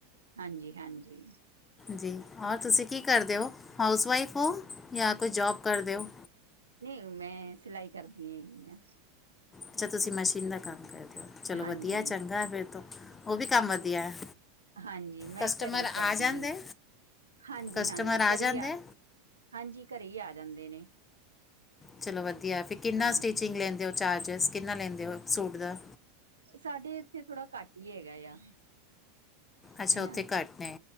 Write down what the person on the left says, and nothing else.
ਜੀ ਔਰ ਤੁਸੀਂ ਕੀ ਕਰਦੇ ਹੋ ਹਾਊਸਵਾਈਫ ਹੋ ਜਾਂ ਕੋਈ ਜੋਬ ਕਰਦੇ ਹੋ
ਅੱਛਾ ਤੁਸੀ ਮਸ਼ੀਨ ਦਾ ਕੰਮ ਕਰਦੇ ਹੋ ਚਲੋ
ਵਧੀਆ ਚੰਗਾ ਫੇਿਰ ਤੋਂ ਉਹ ਵੀ ਕੰਮ ਵਧੀਆ ਹੈ
ਕਸਟਮਰ
ਆ ਜਾਂਦੇ
ਕਸਟਮਰ
ਜਾਂਦੇ
ਚਲੋ ਵਧੀਆ ਫਿਰ ਕਿੰਨਾ
ਸਟੀਚਿੰਗ ਲੈਂਦੇ ਹੋ ਚਾਰਜਿਸ ਕਿੰਨਾ ਲੈਂਦੇ ਹੋ ਸੂਟ ਦਾ
ਅੱਛਾ
ਉੱਥੇ ਘੱਟ ਨੇ